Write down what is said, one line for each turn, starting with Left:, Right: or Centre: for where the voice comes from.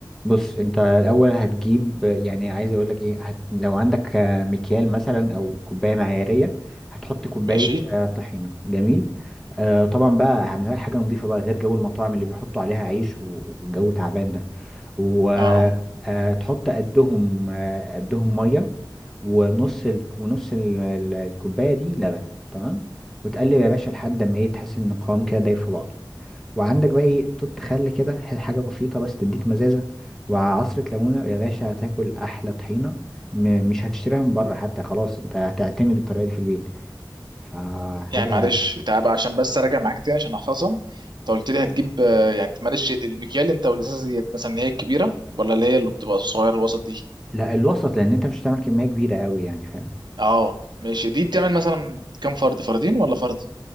Centre: بص انت الاول هتجيب يعني عايز اقول لك ايه هت... لو عندك آه، مكيال مثلا او كوبايه معياريه هتحط كوبايه
Right: ماشي
Centre: آه، طحينه جميل آه طبعا بقى اهم حاجه حاجه نضيفه بقى غير جو المطاعم اللي بيحطوا عليها عيش و- والجو تعبان ده وتحط
Right: اه
Centre: قدهم آه، قدهم ميه ونص ال... ونص ال... ال- الكوبايه دي لبن تمام وتقلب يا باشا لحد ما ايه تحس ان القوام كده دايب في بعضه وعندك بقى ايه توت خل كده ح- حاجه بسيطه بس تديك مزازه وعصره ليمونه يا باشا هتاكل احلى طحينه م- مش هتشتريها من بره حتى خلاص انت هتعتمد الطريقه دي في البيت فحاجه
Right: يعني معلش تعب عشان بس اراجع معاك تاني عشان احفظهم انت قلت لي هتجيب آه، يعني معلش المكيال انت والازازه ديت مثلا اللي هي الكبيره ولا اللي هي اللي بتبقى صغيره الوسط دي
Centre: لا الوسط لان انت مش هتعمل كميه كبيره قوي يعني فاهم
Right: اه ماشي دي بتعمل مثلا كام فرد فردين ولا فرد